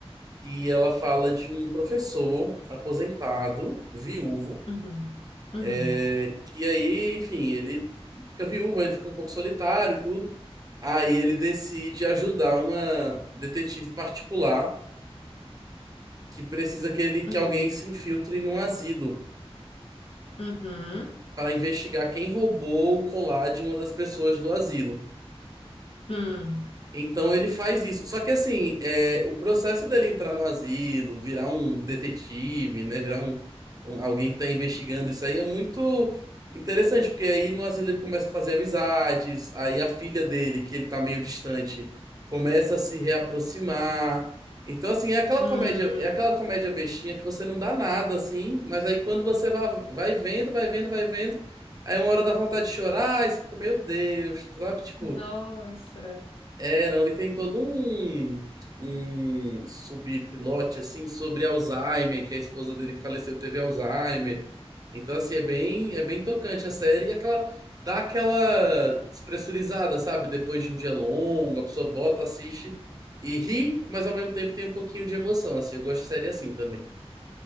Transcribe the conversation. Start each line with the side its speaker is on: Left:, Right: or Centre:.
Right: E ela fala de um professor aposentado, viúvo,
Left: uhum, uhum,
Right: é, que aí, enfim, ele fica viúvo, ele fica um pouco solitário e tudo. Aí ele decide ajudar uma detetive particular que precisa que, ele,
Left: uhum,
Right: que alguém se infiltre num asilo
Left: uhum,
Right: para investigar quem roubou o colar de uma das pessoas do asilo.
Left: hum,
Right: Então ele faz isso. Só que assim, é, o processo dele entrar no asilo, virar um detetive, né? Virar um, um- alguém que tá investigando isso aí é muito interessante, porque aí no asilo ele começa a fazer amizades, aí a filha dele, que ele tá meio distante, começa a se reaproximar. Então, assim, é aquela
Left: hum.
Right: comédia, é aquela comédia bestinha que você não dá nada, assim, mas aí quando você vai, vai vendo, vai vendo, vai vendo, aí uma hora dá vontade de chorar, aí você fica, meu Deus, sabe? Tipo.
Left: Nossa,
Right: É, não, e tem todo um, um subplot, assim, sobre Alzheimer, que a esposa dele que faleceu teve Alzheimer. Então, assim, é bem, é bem tocante a série e aquela, dá aquela despressurizada, sabe? Depois de um dia longo, a pessoa bota, assiste e ri, mas ao mesmo tempo tem um pouquinho de emoção, assim. Eu gosto de série assim também.